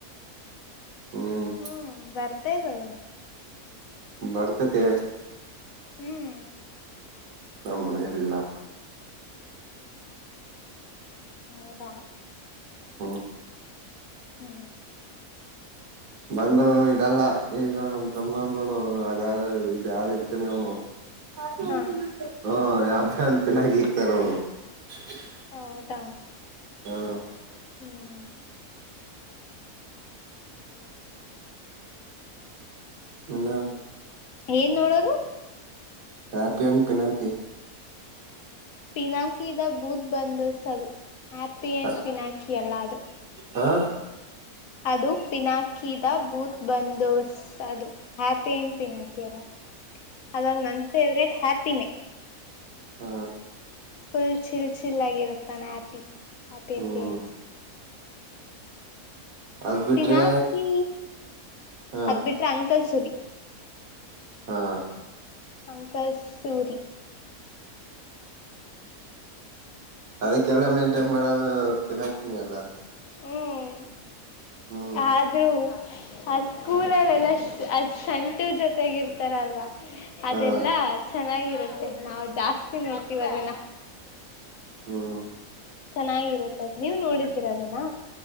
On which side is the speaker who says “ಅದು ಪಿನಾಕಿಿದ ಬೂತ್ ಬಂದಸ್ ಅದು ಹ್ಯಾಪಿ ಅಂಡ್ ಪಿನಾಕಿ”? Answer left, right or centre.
Left